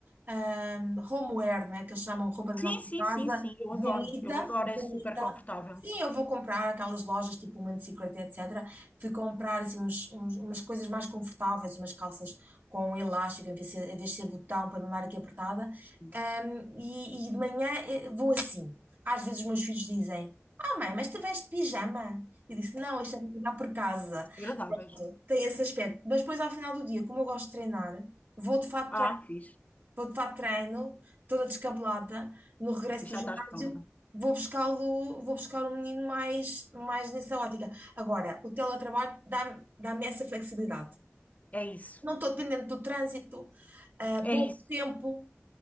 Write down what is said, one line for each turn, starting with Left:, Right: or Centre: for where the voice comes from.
Right: hum, homeware, né, que eles chamam roupa da
Left: Sim,
Right: nossa
Left: sim,
Right: casa,
Left: sim, sim, eu
Right: bonita,
Left: adoro, eu adoro, é
Right: bonita.
Left: super confortável.
Right: Sim, eu vou comprar aquelas lojas tipo Human Secret, etc. Fui comprar assim uns, uns- umas coisas mais confortáveis, umas calças com elástico em vez de ser, em vez de ser botão para não dar aqui apertada.
Left: Sim,
Right: Ahm, e, e de manhã eh, vou assim. Às vezes os meus filhos dizem: Ah, mãe, mas tu vens de pijama? Eu disse: Não, isto é para treinar por casa.
Left: agradáveis.
Right: Tem esse aspecto. Mas depois, ao final do dia, como eu gosto de treinar, vou de fato
Left: Ah, fiz.
Right: vou para treino, toda descabelada, no regresso
Left: E
Right: do
Left: já
Right: ginásio,
Left: estás pronta.
Right: vou buscá-lo, vou buscar o menino mais, mais nessa ótica. Agora, o teletrabalho dá-me dá-me essa flexibilidade.
Left: É isso,
Right: Não estou dependente do trânsito, ah,
Left: é
Right: pouco
Left: isso.
Right: tempo,